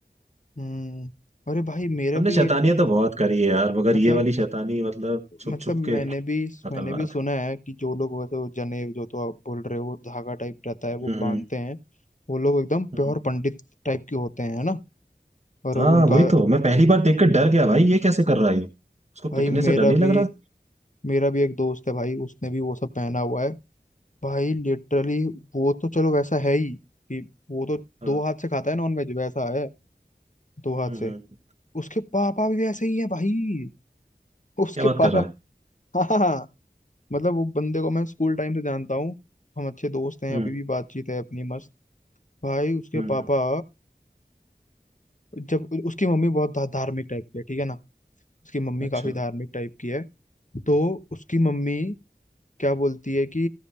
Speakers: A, on the left (about 45°); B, on the right (about 40°).
A: हम्म। अरे भाई मेरा
B: हमने
A: भी
B: शैतानियां
A: एक
B: तो बहुत करी है यार मगर
A: मतलब
B: ये वाली शैतानी मतलब छुप
A: मतलब
B: छुप
A: मैंने
B: के
A: भी
B: खतरनाक
A: मैंने भी सुना है कि जो लोग वैसे वो जनेब जो तो आप बोल रहे हो वो धागा टाइप रहता है वो
B: हम्म
A: बांधते हैं वो लोग एकदम
B: हम्म।
A: प्योर पंडित टाइप के होते हैं है ना और
B: हाँ
A: उनका
B: वही तो मैं पहली बार देख के डर गया भाई ये कैसे कर रहा है ये उसको
A: भाई
B: पिटने
A: मेरा
B: से डर नहीं
A: भी
B: लग रहा
A: मेरा भी एक दोस्त है भाई उसने भी वो सब पहना हुआ है भाई लिटरली वो तो चलो वैसा है ही कि वो तो
B: हाँ
A: दो हाथ से खाता है नॉन वेज वैसा है दो हाथ
B: हम्म
A: से
B: हम्म
A: उसके पापा भी वैसे ही है भाई उसके
B: क्या बात
A: पापा
B: कर रहा है
A: हाँ हाँ मतलब वो बंदे को मैं स्कूल टाइम से जानता हूँ हम अच्छे दोस्त हैं
B: हम्म
A: अभी भी बातचीत है अपनी मस्त भाई उसके
B: हम्म
A: पापा
B: हम्म,
A: जब उसकी मम्मी बहुत धा- धार्मिक टाइप की है ठीक है ना उसकी मम्मी
B: अच्छा
A: काफी धार्मिक टाइप की है तो उसकी मम्मी क्या बोलती है कि